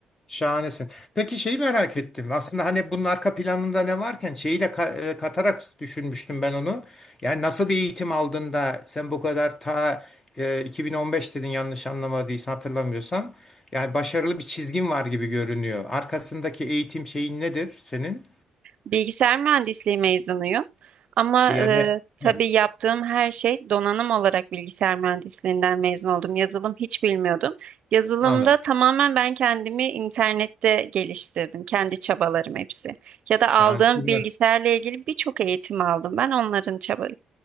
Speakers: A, on the left; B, on the right.
A: Şahanesin. Peki şeyi merak ettim. Aslında hani bunun arka planında ne varken şeyi de ka- e, katarak düşünmüştüm ben onu. Yani nasıl bir eğitim aldın da sen bu kadar ta e, 2015 dedin yanlış anlamadıysam hatırlamıyorsam. Yani başarılı bir çizgin var gibi görünüyor. Arkasındaki eğitim şeyin nedir senin?
B: Bilgisayar mühendisliği mezunuyum. Ama
A: E, Yani
B: e, tabii
A: he,
B: yaptığım her şey donanım olarak bilgisayar mühendisliğinden mezun oldum. Yazılım hiç bilmiyordum. Yazılımda
A: anladım.
B: tamamen ben kendimi internette geliştirdim. Kendi çabalarım hepsi. Ya da
A: Şahane.
B: aldığım
A: Bunlar-
B: bilgisayarla ilgili birçok eğitim aldım. Ben onların çaba